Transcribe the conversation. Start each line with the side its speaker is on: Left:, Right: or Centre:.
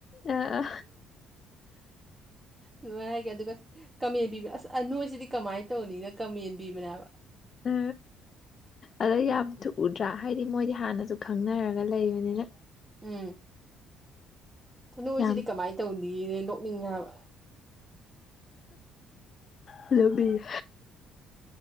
Left: ꯑ
Right: ꯑꯗꯨꯃꯥꯏꯅ ꯍꯥꯏꯒꯦ ꯑꯗꯨꯒ ꯀꯃꯦꯟ ꯄꯤꯕꯤ ꯑꯁ ꯅꯣꯏꯁꯤꯗꯤ ꯀꯃꯥꯏꯅ ꯇꯧꯅꯤꯅ ꯀꯃꯗꯤ ꯃꯅꯕ
Left: ꯑ ꯑꯗꯣ ꯌꯥꯝ ꯊꯨꯎꯗ꯭ꯔꯥ ꯍꯥꯏꯗꯤ ꯃꯣꯏꯗꯤ ꯍꯥꯟꯅꯁꯨ ꯈꯪꯅꯔꯒ ꯂꯩꯕꯅꯤꯅ
Right: ꯎꯝ ꯅꯣꯏꯁꯤꯗꯤ
Left: ꯌꯥꯝ
Right: ꯀꯃꯥꯏꯅ ꯇꯧꯅꯤꯅꯦ ꯅꯣꯛꯅꯤꯡ ꯍꯥꯏꯕ
Left: ꯍꯂꯕꯤ